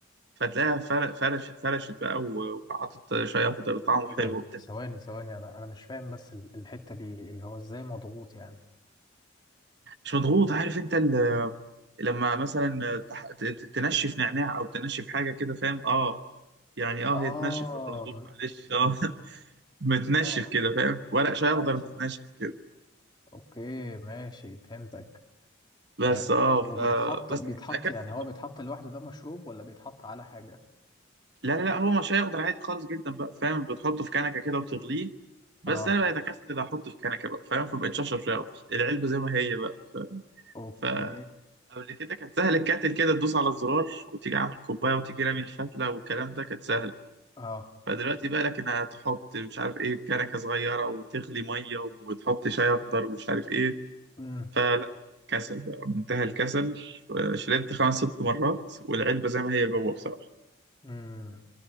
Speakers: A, on the right; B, on the left.
A: فتلاقيها فرق فرش فرشت بقى و- وعطت شاي أخضر طعمه
B: ايه
A: حلو
B: ده
A: وبتاع
B: ثواني ثواني انا انا مش فاهم بس ال- الحتة دي إيه هو ازاي مضغوط يعني
A: مش مضغوط عارف أنت ال- لما مثلا تح- ت- ت- تنشف نعناع أو تنشف حاجة كده فاهم أه يعني أه
B: اه
A: هي تنشف مش مضغوط
B: م-
A: معلش أه <laughs> متنشف
B: اه
A: كده فاهم ورق شاي
B: ماشي
A: أخضر متنشف كده.
B: اوكي ماشي فهمتك
A: بس
B: آه،
A: اه
B: وبيتحط
A: ف بس
B: بيتحط
A: بكسل
B: يعني هو
A: بقى
B: بيتحط لوحده ده مشروب ولا بيتحط على حاجة
A: لا لا لا هو مش هيقدر عادي خالص جدا بقى فاهم بتحطه في كنكه كده وتغليه بس
B: اه
A: انا بقيت اكسل احطه في كنكه بقى فاهم فبقيت اشرب شاي اخضر العلبه زي ما هي بقى ف...
B: اوكي
A: فقبل كده كانت سهل الكاتل كده تدوس على الزرار وتيجي عامل كوبايه وتيجي رامي الفتله والكلام ده كانت سهله
B: اه
A: فدلوقتي بقى لك انها تحط مش عارف ايه كنكه صغيره وتغلي ميه وتحط شاي اخضر ومش عارف ايه
B: امم
A: فلا كسل بقى منتهى الكسل شربت خمس ست مرات والعلبه زي ما هي جوه بصراحه
B: امم